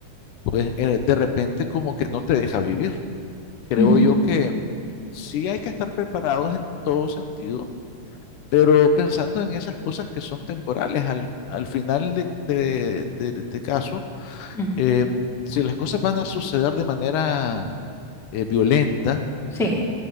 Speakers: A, on the left; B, in the centre.
A: pues eh, de repente como que no te deja vivir. Creo
B: ujú,
A: yo que sí hay que estar preparados en todo sentido, pero pensando en esas cosas que son temporales, al, al final de, de- de- de caso,
B: mm,
A: eh, si las cosas van a suceder de manera eh, violenta,
B: sí,